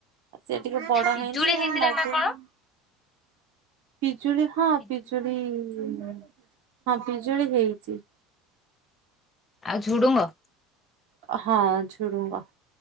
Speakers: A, on the right; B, on the left.
A: ସିଏ ଟିକେ ବଡ
B: ପିଜୁଳି
A: ହେଇନି
B: ହେଇଥିଲା
A: ଆଉ ଲାଗିନି।
B: ନା କଣ
A: ଠିକ। ପିଜୁଳି ହଁ
B: ପିଜୁ
A: ପିଜୁଳି ହୁଁ ହ। ହଁ ପିଜୁଳି ହେଇଛି।
B: ଆଉ ଝୁଡ଼ଙ୍ଗ?
A: ହଁ ଝୁଡଙ୍ଗ।